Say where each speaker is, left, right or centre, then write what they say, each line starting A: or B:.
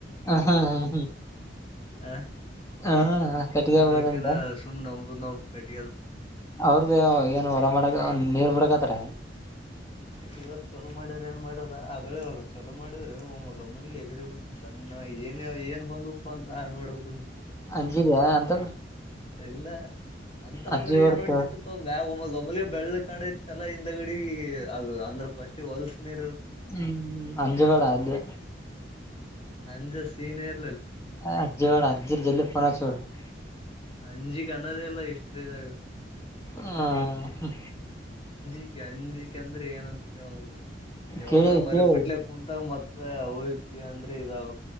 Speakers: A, on the left; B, on the left.
A: ಹ ಹಾ ಹ್ಮ್
B: ಹ
A: ಹ್ಮ್ ಹ ಕಟ್ಟಿಗೆಬೋದಂತ
B: ಅದ್ರಕ್ಕೆನ ಸುಮ್ ನಂಬುದ್ನಾವು. ಕಟ್ಟಿಗೆ
A: ಅವ್ರದು ಏನು ಹೊರ ಮಾಡದು ಅವ್ನ್ ನೀರ್ ಬಿಡಕಾತ್ತರ.
B: ನೀ ಇವತ್ ಚಲೋ ಮಾಡ್ಯಾರ ಏನ್ ಮಾಡ್ಯಾರ ಆಗಳೇ ಈಗ ಚಲೋ ಮಾಡಿದ್ರೆ ಒಮ್ಮ ಒಮ್ಮಲಿಗೆ ಎಗ್ರ್ ಬಿಡ್ತಿದ್ದ ದನ್ನ ಏನ ಏನ್ ಬಂದಪ್ಪ ಅಂತ ನಾ ನೋಡಕೋಯ್
A: ಅಂಜಿದ್ಯಾ ಅಂತ
B: ಇಲ್ಲ. ಅಂತಪ್ಪರ
A: ಅಜ್ಜಿ ಹೊಡ್ತ
B: ಏನು ಹೊಂಟಿತ್ತಪ್ಪ ಬ್ಯಾಗೊ <unintelligible> ಬೆಳ್ಳಗ್ ಕಾಣೈತಲ್ಲ ಹಿಂದಗಡಿ ಅದು ಅಂದ್ರ ಫಸ್ಟೆ ಹೊಲ್ಸ್ ನೀರು.
A: ಹ್ಮ್ ಅಂ ಜಗಡ ಅಲ್ಲಿ
B: ಅಂಜು ಸೀನಿಯರ್
A: ಆ ಅಜ್ಜೊಡ ಜಿಲ್ ಜಿಲ್ಲು <unintelligible>
B: ಅಂಜಿಕನ್ನದ ಇಲ್ಲ ಎಷ್ಟ್ರಿದಾಗ.
A: ಹಾ ಹ್ಮ.
B: ಈ ಅಂಜಿಕ ಅಂದ್ರೆ ಏನಂತ್ ಕೇಳದದೆ ಯಾವಾಗ
A: ಕೇಳಿ
B: ಮರಿಪಿಟ್ಲೆ
A: ಕೇಳಿ
B: ಕುಂತಂಗ್ ಮತ್ತ್ ತ್ತ ಓಯುಪಿ ಅಂದ್ರೆ ಇದಾಗ